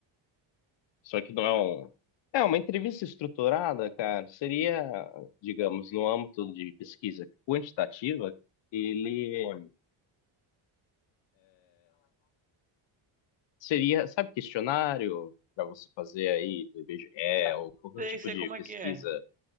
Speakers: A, on the left; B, on the right.
A: só que não é um. É, uma entrevista estruturada, cara, seria, digamos, no âmbito de pesquisa quantitativa, ele seria, sabe, questionário para você fazer aí do IBGE ou qualquer
B: Sei,
A: tipo
B: sei
A: de
B: como é
A: pesquisa
B: que é.